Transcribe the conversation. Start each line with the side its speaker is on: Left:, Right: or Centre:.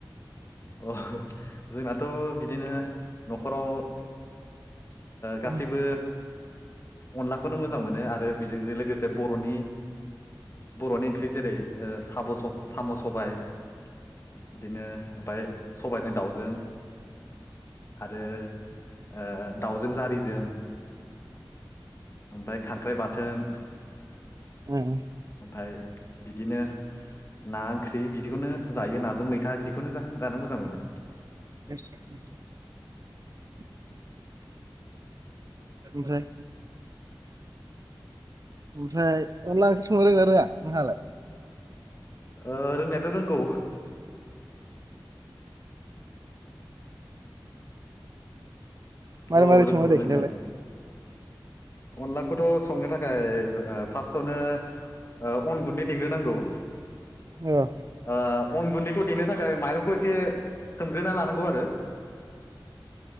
Left: अ जोंनाथ' थ' बिदिनो न'खराव ओ
Right: ओमफ्राय
Left: गासैबो। अनलाखौनो मोजां मोनो आरो बेजोंजों लोगोसे बर'नि बर'नि ओंख्रि जेरै ओ साब साम' सबाय बिदिनो ओमफाय सबायाइजों दाउजों आरो ओ दाउजों जारिजों <inaudible> ओमफाय खांख्राइ बाद थोन।
Right: उम
Left: ओमफाय बिदिनो ना ओंख्रि बिदिखौनो जायो नाजों मैथा बिदि। खोनोजा। जानो मोजां मोनो।
Right: <unintelligible> ओमफ्राय ओमफ्राय अनला ओंख्रि संनो रोङा रोङा नोंहालाय?
Left: ओ रोंनायाथ' रोंगौ
Right: मारै
Left: औ
Right: मारै
Left: रोंगौ
Right: सङो दे
Left: रोंनायालाय
Right: खिनथालाय
Left: अनलाखौथ' संनो थाखाय ओ फार्स्टावनो ओ अन गुन्दै देग्रोनांगौ।
Right: औ।
Left: ओ अन गुन्दैखौ देनो थाखाय माइरंखौ एसे सोम। ग्रोना लानांगौ आरो